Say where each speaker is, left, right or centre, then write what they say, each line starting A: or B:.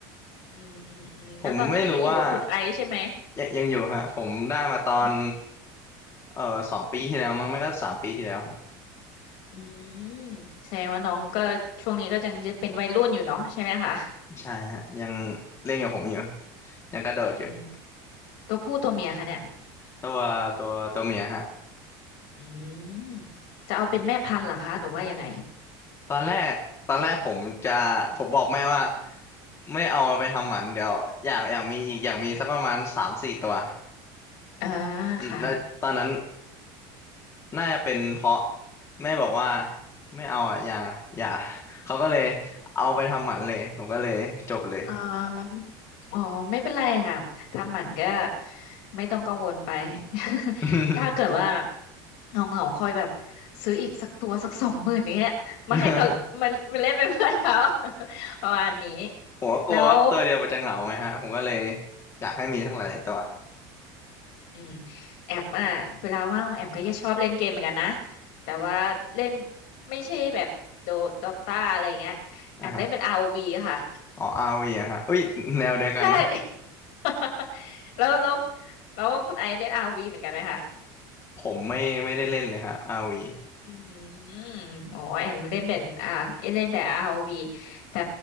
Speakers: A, on the left (about 70°); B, on the left (about 25°).
A: อืมอืมอืม
B: ผมไม่รู้ว่า
A: แล้วตอนนี้ก็ยังอยู่กับคุณไอซ์ใช่ไหม
B: ยังยังอยู่ฮะผมได้มาตอน
A: อ๋อ
B: เอ่อสองปีที่แล้วมั้งไม่ก็สามปีที่แล้วฮะ
A: อืมแสดงว่าน้องก็ช่วงนี้ก็ยังจะเป็นวัยรุ่นอยู่เนาะใช่ไหมคะ
B: ใช่ฮะยังเล่นกับผมอยู่
A: อืม
B: ยังกระโดดอยู่
A: อืมตัวผู้ตัวเมียคะเนี่ย
B: ตัวตัวตัวเมียฮะ
A: อืมจะเอาเป็นแม่พันธุ์เหรอคะหรือว่ายังไง
B: ตอนแรกตอนแรกผมจะผมบอกแม่ว่าไม่เอามันไปทำหมันเดี๋ยวอยากอยากมีอีกอยากมีสักประมาณสามสี่ตัว
A: อ่า
B: อืมแล้วตอนนั้น
A: ค่ะ
B: น่าจะเป็นเพราะแม่บอกว่าไม่เอาอ่ะอย่าอย่าเขาก็เลยเอาไปทำหมันเลยผมก็เลยจบเลย
A: อ่าอ๋อไม่เป็นไรค่ะทำหมันก็ไม่ต้องกังวลไป <laughs>
B: <laughs>
A: ถ้าเกิดว่าเงาเงาคอยแบบซื้ออีกสักตัวสักสองหมื่นเนี้ยมาให้เขามามาเล่นเป็นเพื่อนเขา
B: <laughs>
A: <laughs> ประมาณนี้
B: ผมก็กลัวว่าตัวเดียวมันจะเหงาไงฮะผมก็เลย
A: แล้ว
B: อยากให้มีทั้งหลายๆตัว
A: อืมแอมอ่ะเวลาว่างของแอมก็จะชอบเล่นเกมเหมือนกันนะแต่ว่าเล่นไม่ใช่แบบโดดอตาอะไรอย่างเงี้ยแอมเล่นเป็น
B: นะฮะ
A: ROV ค่ะ
B: อ๋อ RV อะฮะอุ้ยแนวเดียวกันนะ
A: <laughs> ใช่ <laughs> แล้วแล้วแล้วคุณไอซ์เล่น ROV เหมือนกันไหมคะ
B: <laughs> ผมไม่ไม่ได้เล่นเลยฮะ RV
A: อืมโอ้แอมเล่นเป็นอ่าเล่นแต่ r ว v แต่